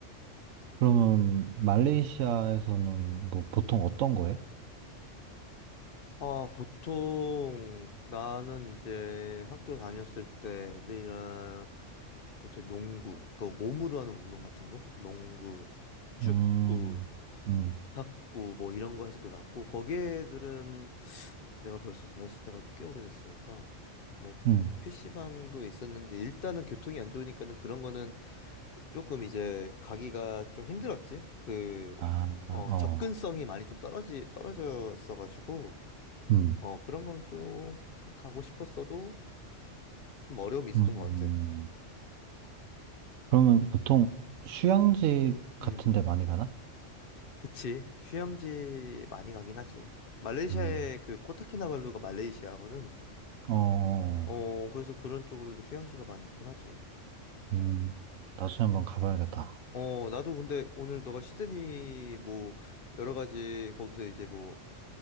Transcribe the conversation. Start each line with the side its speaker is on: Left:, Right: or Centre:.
Right: 그러면 말레이시아에서는 뭐 보통 어떤 거 해?
Left: 아, 보통 나는 이제 학교 다녔을 때 애들이랑 보통 농구, 그 몸으로 하는 운동 같은 거? 농구, 축구,
Right: 음, 음,
Left: 탁구 뭐 이런 거 해서 놀았고 거기 애들은 내가 벌써 다녔을 때가 꽤 오래됐으니까 뭐
Right: 음.
Left: PC방도 있었는데 일단은 교통이 안 좋으니까는 그런 거는 조금 이제 가기가 좀 힘들었지. 그,
Right: 아,
Left: 어,
Right: 어,
Left: 접근성이 많이 좀 떨어지, 떨어졌어가지고
Right: 음,
Left: 어, 그런 거는 조금 가고 싶었어도 좀 어려움이 있었던
Right: 음.
Left: 것 같아.
Right: 그러면 보통 휴양지 같은
Left: 음,
Right: 데 많이 가나?
Left: 그치. 휴양지 많이 가긴 하지. 말레이시아의
Right: 음,
Left: 그 코타키나발루가 말레이시아거든.
Right: 어,
Left: 어, 그래서 그런 쪽으로도 휴양지가 많이 있긴 하지.
Right: 음. 나중에 한번 가봐야겠다.
Left: 어, 나도 근데 오늘 너가 시드니 뭐 여러 가지 거기서 이제 뭐